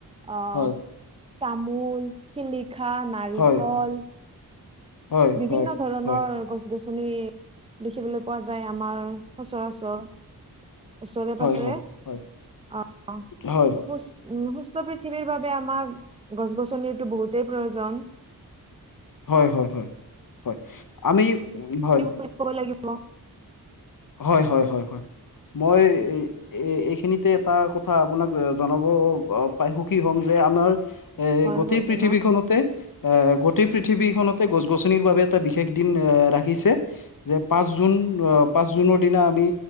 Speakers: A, on the right; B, on the left.
A: অ'
B: হয়
A: তামোল, শিলিখা, নাৰিকল।
B: হয় হয়
A: বিভিন্ন
B: হয়
A: ধৰণৰ
B: হয়
A: গছ গছ-গছনি দেখিবলৈ পোৱা যায় আমাৰ সচৰাচৰ। ওচৰে-পাজৰে
B: হয় হয় হয়
A: আহ আ সুচ
B: হয় হয়
A: সুস্থ পৃথিৱীৰ বাবে আমাক গছ- গছনিৰ টো বহুতেই প্ৰয়োজন।
B: হয় হয় হয় হয় আমি হয়।
A: <unintelligible> কৰিব লাগিব।
B: হয় হয় হয় হয় মই এ এইখিনিতে এটা কথা আপোনাক জনাব পাই সুখী হ'ম যে আমাৰ। এ
A: হয়
B: গোটেই
A: হয়
B: পৃথিৱীখনতে।
A: জনাওক
B: এ গোটেই পৃথিৱীখনতে গছ-গছনিৰ বাবে এটা বিশেষ দিন আ ৰাখিছে। যে পাঁচ জুন পাঁচ জুনৰ দিনা আমি